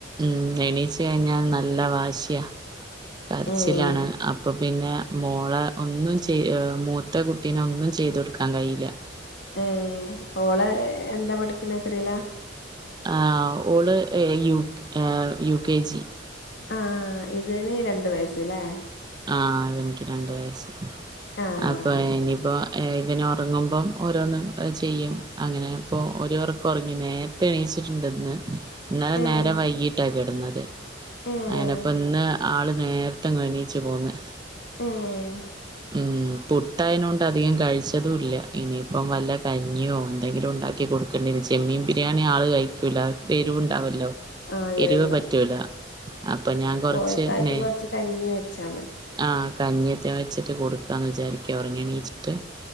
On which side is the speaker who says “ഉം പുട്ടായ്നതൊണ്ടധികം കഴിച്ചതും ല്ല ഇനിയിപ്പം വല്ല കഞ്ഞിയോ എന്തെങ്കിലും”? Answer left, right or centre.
Right